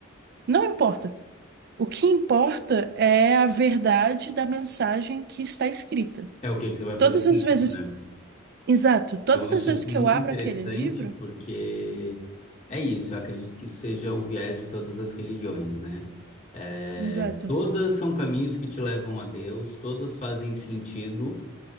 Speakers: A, on the right (about 50°); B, on the left (about 35°).
A: não importa. O que importa é a verdade da mensagem que está escrita.
B: É o que que você vai fazer
A: Todas
B: com
A: as
B: isso,
A: vezes,
B: né?
A: exato, todas
B: Eu acho
A: as vezes
B: isso
A: que
B: muito
A: eu abro
B: interessante
A: aquele livro,
B: porque é isso, eu acredito que isso seja o viés de todas as religiões, né? É,
A: exato.
B: todas são caminhos que te levam a Deus, todas fazem sentido.